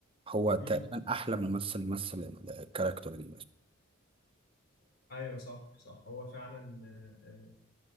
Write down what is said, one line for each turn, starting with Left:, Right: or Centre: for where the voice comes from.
Right: هو تقريبا
Left: امم
Right: احلى ممثل مثل الكاركتر اللي
Left: ايوه صح صح هو فعلا آه، آه،